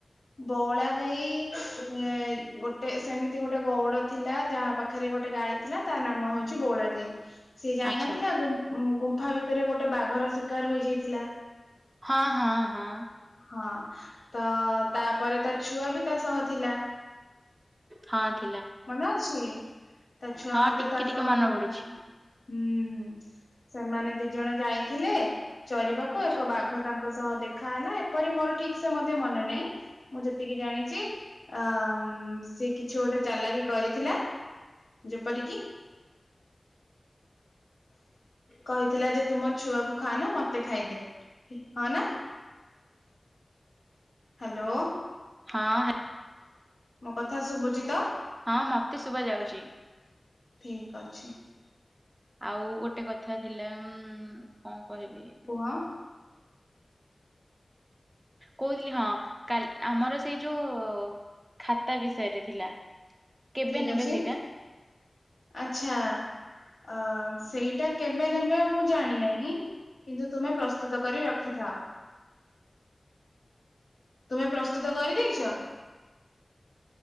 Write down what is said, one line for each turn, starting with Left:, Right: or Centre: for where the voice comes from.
Left: ବଉଳା ଗାଈ ଇ ଗୋଟେ ସେମିତି ଗୋଟେ ଗଉଡ ଥିଲା ଯାହା ପାଖରେ ଗୋଟେ ଗାଈ ଥିଲା ତା ନାମ ହଉଛି ବୋଳା ଗାଈ। ସିଏ ଯାଇନଥିଲା
Right: ଆଚ୍ଛା।
Left: ଗୁ ଉଁ ଗୁମ୍ଫା ଭିତରେ ଗୋଟେ ବାଘର ଶିକାର ହେଇଯାଇଥିଲା।
Right: ହଁ ହଁ ହଁ।
Left: ହଁ ତ ତାପରେ ତା ଛୁଆ ବି ତା ସହ ଥିଲା।
Right: ହଁ ଠି
Left: ମନେ ଅଛି। ତା ଛୁଆ
Right: ହଁ
Left: ମଧ୍ୟ
Right: ଟିକେ
Left: ତା
Right: ଟିକେ
Left: ସହ
Right: ମନେ
Left: ଥିଲା
Right: ପଡୁଛି
Left: ହୁଁ ସେମାନେ ଦି ଜଣେ ଯାଇଥିଲେ ଚରିବାକୁ
Right: ଆଛା।
Left: ଏକ ବାଘ ତାଙ୍କ ଙ୍କ ସହ ଦେଖା ହେଲା ଏପରି ମୋର ଠିକ ସେ ମଧ୍ୟ ମନେ ନାହିଁ ମୁଁ ଯେତିକି ଜାଣିଛି ଆମ୍ ସେ କିଛି ଗୋଟେ ଚାଲାକି କରିଥିଲା ଯେପରିକି କହିଥିଲା ଯେ ତୁମୋ ଛୁଆକୁ ଖାଆ ନା ମତେ ଖାଇଦେ ହଁ ନା। ହ୍ୟାଲୋ।
Right: ହଁ ହା
Left: ମୋ କଥା ଶୁଭୁଚି ତ।
Right: ହଁ ମତେ ଶୁବା ଯାଉଛି।
Left: ଠିକ ଅଛି।
Right: ଆଉ ଗୋଟେ କଥା ଥିଲା ଉ କଣ କହିବି?
Left: କୁହ
Right: କହୁଥିଲି ହଁ କାଲି ଆମର ସେଇ ଯୋଉ ଖାତା ବିଷୟରେ ଥିଲା। କେବେ
Left: ଠିକ
Right: ନେବେ
Left: ଅଛି
Right: ସେଇଟା
Left: ଆଛା। ଅ ସେଇଟା କେବେ ନେବେ ମୁଁ ଜାଣିନାହିଁ କିନ୍ତୁ ତୁମେ ପ୍ରସ୍ତୁତ କରି ରଖିଥାଅ। ତୁମେ ପ୍ରସ୍ତୁତ କରି ଦେଇଛ।